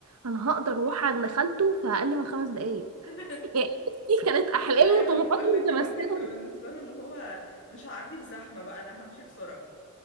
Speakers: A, on the right; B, on the left.
A: أنا هقدر أروح عند خالته في أقل من خمس دقايق
B: <laughs>
A: يعني دي كانت أحلامي
B: ايوه
A: وطموحاتي
B: انا بقول لك
A: متمثلة
B: الواحد يبقى بالنسبه له اللي هو مش هعدي بزحمه بقى انا همشي بسرعه